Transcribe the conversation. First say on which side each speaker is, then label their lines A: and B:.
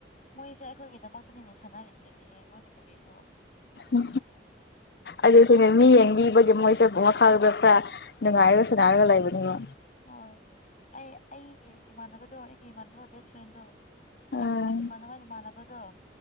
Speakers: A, on the left; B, on the left.
A: ꯃꯣꯏꯁꯦ ꯑꯩꯈꯣꯏꯒꯤꯗꯃꯛꯇꯅꯤꯅꯦ ꯁꯥꯟꯅꯔꯤꯛꯁꯦ ꯌꯦꯡꯉꯨꯅꯦ ꯀꯔꯤꯅꯣ
B: ꯎ ꯑꯗꯨꯁꯨꯅꯦ ꯃꯤ ꯌꯦꯡꯕꯤ ꯑꯩꯒꯤ ꯃꯣꯏꯁꯦ ꯃꯈꯥꯗ ꯈꯔ ꯅꯨꯡꯉꯥꯏꯔꯒ ꯁꯨꯅꯥꯔꯒ ꯂꯩꯕꯅꯤꯅ
A: ꯍꯣꯏ ꯑꯩ ꯑꯩꯒꯤ ꯏꯃꯥꯟꯅꯕꯗꯣ ꯑꯩꯒꯤ ꯏꯃꯥꯟꯅꯕ ꯕꯦꯁ ꯐ꯭ꯔꯦꯟꯗꯣ
B: ꯎꯝ
A: ꯌꯥꯝꯅ ꯃꯇꯨꯡꯏꯟꯅ ꯃꯥꯅ ꯃꯥꯅꯤ ꯃꯥꯅꯕꯗꯨꯣ